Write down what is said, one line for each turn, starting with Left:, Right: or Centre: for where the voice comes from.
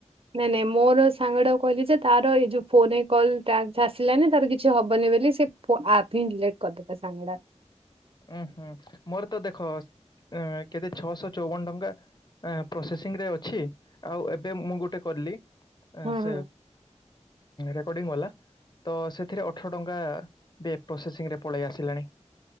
Right: ନାଇଁ ନାଇଁ ମୋର ସାଙ୍ଗଟାକୁ କହିଲିଯେ ତାର ଏଇ ଯୋଉ ଫୋନ୍ କଲ୍ ଟାସ୍କ ଆସିଲାନି ତାର କିଛି ହବନି ବୋଲି ସେ ଫୋନ୍ ଅପ୍ ହିଁ ଡିଲେଟ୍ କରି ଦେଲା ସାଙ୍ଗଟା।
Left: ଉୁଁ ହୁଁ ମୋରତ ଦେଖ କେତେ ଛଅଶହ ଚଉବନ ଟଙ୍କା ଆଁ ପ୍ରୋସେସିଂରେ ଅଛି ଆଉ ଏବେ ମୁଁ ଗୋଟେ କଲି, ଅଁ
Right: ହୁଁ
Left: ସେ
Right: ହୁଁ।
Left: ରେକର୍ଡ଼ିଙ୍ଗ ବାଲା ତସେଥିରେ ଅଠର ଟଙ୍କାବି ପ୍ରୋସେସିଂରେ ପଳେଇ ଆସିଲାଣି।